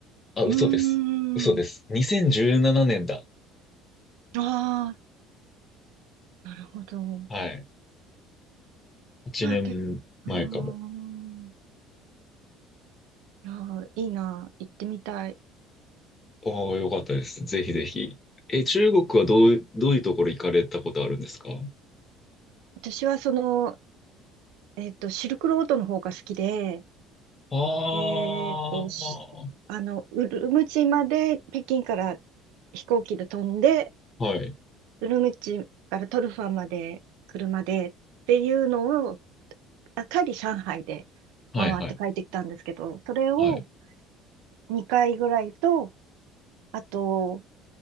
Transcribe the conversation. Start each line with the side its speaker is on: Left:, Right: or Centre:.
Left: あ、嘘です。
Right: うー
Left: 嘘です。
Right: ん。
Left: 2017年だ。
Right: ああ、なるほど。
Left: はい。8年前かも。
Right: じゃあ、け、うーん。いやー、いいな。行ってみたい。
Left: おー、よかったです。ぜひぜひ。え、中国はどう、どういうところ行かれたことあるんですか
Right: 私はその、えっと、シルクロードの方が好きで、
Left: ああ
Right: えっと、しあの、ウルムチまで北京から飛行機で飛んで、
Left: ー、はい
Right: ウルムチからトルファンまで車でっていうのを、あ、帰り上海で回って帰ってきたんですけど、
Left: はいはい。
Right: それを
Left: はい。
Right: 2回ぐらいと、あと、